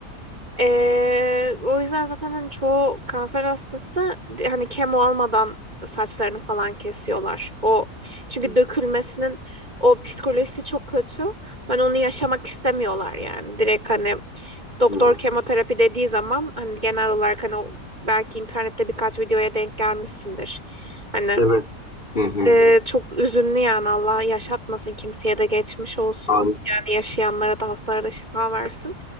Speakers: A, on the right; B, on the left.
A: Ee, o yüzden zaten hani çoğu kanser hastası hani kemo almadan saçlarını falan kesiyorlar. O çünkü
B: Hmm.
A: dökülmesinin o psikolojisi çok kötü. Ben onu yaşamak istemiyorlar yani. Direkt hani doktor
B: Hmm.
A: kemoterapi dediği zaman hani genel olarak hani o- belki internette birkaç videoya denk gelmişsindir. Hani
B: Evet. Hı hı.
A: ee, çok üzünlü yani Allah yaşatmasın kimseye de geçmiş olsun
B: Amin.
A: yani yaşayanlara da hastalara da şifa versin